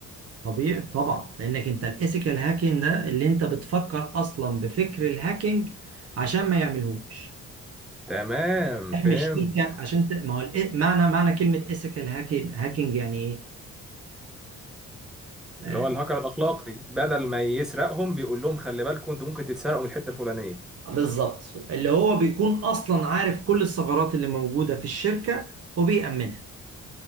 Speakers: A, on the right; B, in the centre.
A: طبيعي طبعا لانك انت الايثيكال هاكينج ده اللي انت بتفكر اصلا بفكر الهاكينج عشان ما يعملهوش
B: تمام
A: احمي
B: فهمت
A: الشركه عشان ت... ما هو الإ- معنى معنى كلمه ايثيكال هاكينج هاكينج يعني ايه آه،
B: اللي هو الهاكر الاخلاقي بدل ما يسرقهم بيقول لهم خلي بالكم انتوا ممكن تتسرقوا من الحته الفلانيه
A: بالظبط اللي هو بيكون اصلا عارف كل الثغرات اللي موجودة في الشركة وبيأمنها